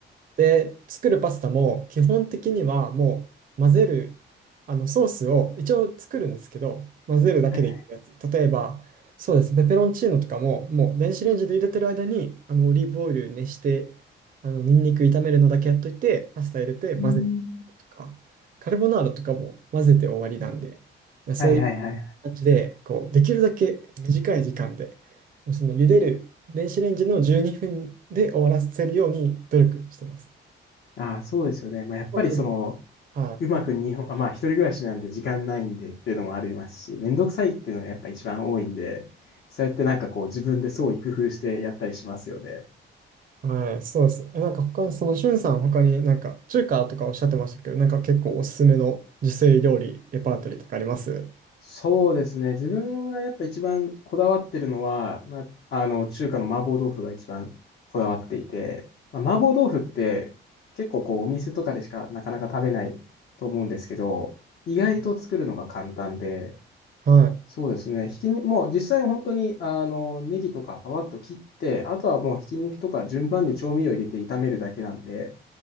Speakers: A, on the right; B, on the left.
A: で、作るパスタも基本的にはもう混ぜる、あのソースを一応作るんですけど、混ぜるだけでいけるやつ。
B: はいはい
A: 例えば、そうですね、ペペロンチーノとかも、もう電子レンジで入れてる間に、あのオリーブオイル熱して、あのニンニク炒めるのだけやっといて、パスタ入れて混ぜてとか、
B: うーん。
A: カルボナーラとかも混ぜて終わりなんで、いやそういう
B: はいはいはい。
A: 感じで、こう、できるだけ短い時間で、もうその茹でる電子レンジの12分で終わらせるように努力してます。
B: ああ、そうですよね。まあ、やっぱりその、
A: そうですはい。
B: うまく日本、あ、まあ、一人暮らしなんで時間ないんでっていうのもありますし、めんどくさいっていうのがやっぱ一番多いんで、そうやってなんかこう自分で創意工夫してやったりしますよね。
A: はい、そうですね。え、なんか他、そのしゅんさん、他になんか中華とかおっしゃってましたけど、なんか結構おすすめの自炊料理、レパートリーとかあります
B: そうですね。自分がやっぱ一番こだわってるのは、まあ、あの、中華の麻婆豆腐が一番こだわっていて、まあ、麻婆豆腐って結構こうお店とかでしかなかなか食べないと思うんですけど、意外と作るのが簡単で、
A: はい。
B: そうですね。ひきに、もう実際本当に、あの、ネギとかパパッと切って、あとはもうひき肉とか順番に調味料入れて炒めるだけなんで、